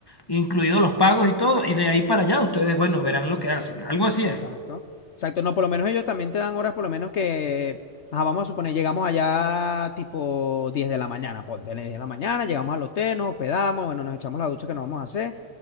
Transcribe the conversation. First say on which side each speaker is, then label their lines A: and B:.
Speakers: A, on the left (about 20°); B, on the left (about 65°).
A: incluidos los pagos y todo, y de ahí para allá ustedes, bueno, verán lo que hacen. Algo así
B: Exacto.
A: es.
B: Exacto. No, por lo menos ellos también te dan horas, por lo menos que, ajá, vamos a suponer, llegamos allá tipo 10 de la mañana, ponte, 10 de la mañana, llegamos al hotel, nos hospedamos, bueno, nos echamos la ducha que nos vamos a hacer,